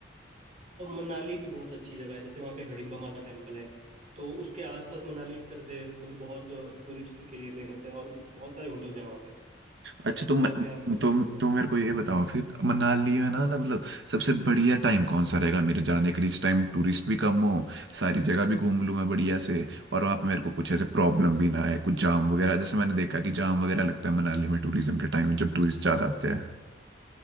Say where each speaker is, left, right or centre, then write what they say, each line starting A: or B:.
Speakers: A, on the right; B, on the right.
A: तो मनाली भी बहुत अच्छी जगह है जैसे वहाँ पे हिडिंबा माता टेम्पल है तो उसके आसपास मनाली एक तरह से मतलब बहुत टूरिस्ट के लिए फेमस है और बहुत सारे होटल्स हैं वहाँ पे
B: अच्छा
A: तो
B: तुम
A: वहाँ पे आपको ठीक
B: तुम
A: रहेगा
B: तुम मेरे को ये बताओ फिर मनाली है ना मतलब मतलब सबसे बढ़िया टाइम कौन सा रहेगा मेरे जाने के लिए इस टाइम टूरिस्ट भी कम हो सारी जगह भी घूम लूँ मैं बढ़िया से और वहाँ पे मेरे को कुछ ऐसे प्रॉब्लम भी ना आए कुछ जाम वगैरह जैसे मैंने देखा कि जाम वगैरह लगता है मनाली में टूरिज्म के टाइम जब टूरिस्ट ज़्यादा
A: हाँ
B: आते हैं